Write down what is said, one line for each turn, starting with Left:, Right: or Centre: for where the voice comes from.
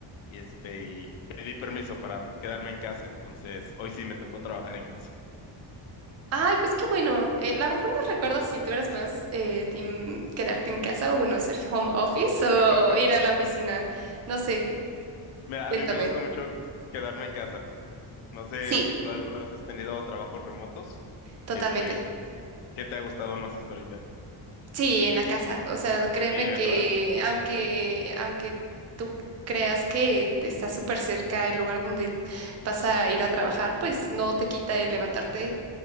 Left: y este, y pedí permiso para quedarme en casa, entonces hoy sí me tocó trabajar en casa.
Right: Ay, pues qué bueno. Eh, la verdad no recuerdo
Left: Sí.
Right: si tú eras más eh, team quedarte en casa o bueno, hacer home office
Left: <laughs>
Right: o ir a la oficina. No sé,
Left: Mira,
Right: cuéntame.
Left: a mí me gusta mucho quedarme en casa. No sé
Right: Sí,
Left: si tú alguna vez has tenido trabajos remotos.
Right: totalmente.
Left: Este, ¿qué te ha gustado más hasta ahorita?
Right: Sí, en la casa. O sea, créeme
Left: Sí, ¿verdad?
Right: que aunque, aunque tú creas que te estás súper cerca del lugar donde vas a ir a trabajar, pues no te quita el levantarte